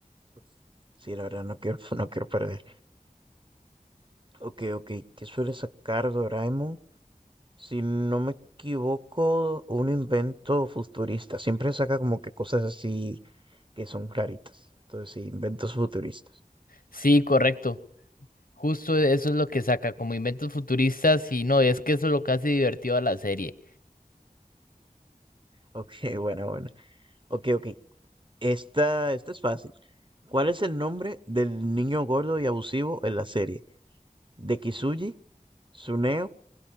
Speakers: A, on the right; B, on the left.
A: pues, Sí, la verdad, no quiero, <laughs> no quiero perder. Ok, ok. ¿Qué suele sacar Doraemon? Si no me equivoco, un invento futurista. Siempre saca como que cosas así que son claritas. Entonces, sí, inventos futuristas.
B: Sí, correcto. Justo eso es lo que saca como inventos futuristas y no, es que eso es lo que hace divertido a la serie.
A: Ok, <laughs> bueno, bueno. Ok, ok. Esta, esta es fácil. ¿Cuál es el nombre del niño gordo y abusivo en la serie? ¿De Kisuji, Tsuneo,